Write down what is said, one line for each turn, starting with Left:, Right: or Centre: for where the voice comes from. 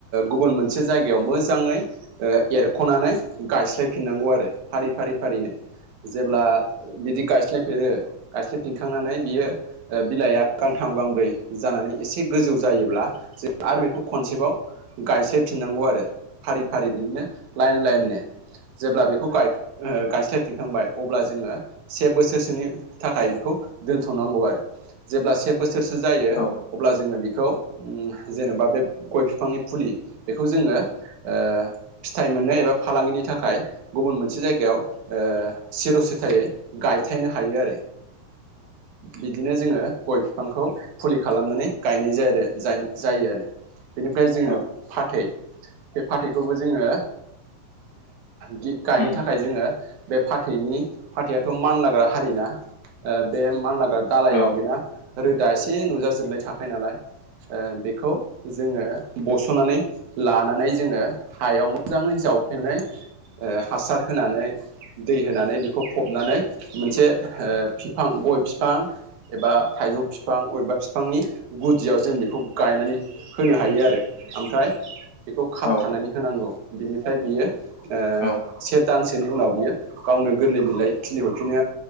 Right: गुबुन मोनसे जायगायाव मोजां। ओङै ओ ख'नानै गायस्लायफिननांगौ आरो फारि फारि फारिनो जेब्ला बिदि गायस्लाय। फेरो गायस्लयफिनखांनानै बियो बिलाइया गांथाम गांब्रै जानानै एसे गोजौ जा। जायोब्ला जों आरो बेखौ खनसेबाव गायस्लायफिननांगौ आरो फारि फारि बिदिनो लाइन लाइननो जेब्ला बेखौ गाय ओ गायस्लायफिनखांबाय अब्ला जोङो से बोसोरसोनि थाखाय बेखौ दोनथ'नांगौ आरो जेब्ला से बोसोर सोरसो जायो
Left: औ
Right: अब्ला जोङो बि खौ उम जेन'बा बे गय बिफांनि फुलि बेखौ जोङो ओ फिथाइ मोननो एबा फालांगिनि थाखाय गुबुन मोनसे जायगायाव ओ सिर'सेथायै गाय गायथायनो हायो बिदिनो जोङो गय बिफांखौ फुलि खालामनानै गायनाय जायो आरो जायो आरो बेनिफ्राय जोङो
Left: औ
Right: फाथै। फाथैखौबो जोङो ओ गि गायनो
Left: उम
Right: थाखाय जोङो बे फाथैनि फाथैआथ' मानलाग्रा हारि ना बे मानलागा दालायाव
Left: औ
Right: बेना
Left: औ
Right: रोदा एसे नुजाजोबनाय थाखाय नालाय ओ बेखौ जोङो बस। थ'नानै लानानै जोङो। हायाव मोजाङै जावफ्लेनाय ओ हासार होनानै दै होनानै बेखौ फबनानै नै मोनसे ओ बिफां गय बिफां एबा थाइजौ बिफां बबेबा बिफांनि गुदियाव जों बेखौ गायनानै होनो हायो आरो ओमफ्राय बेखौ खाबथानानै
Left: औ औ
Right: होनांगौ बिनिफ्राय बियो ओ
Left: औ
Right: से दानसो नि उनाव बियो गावनो गोरलै बिलाइ खिलिहरफिनो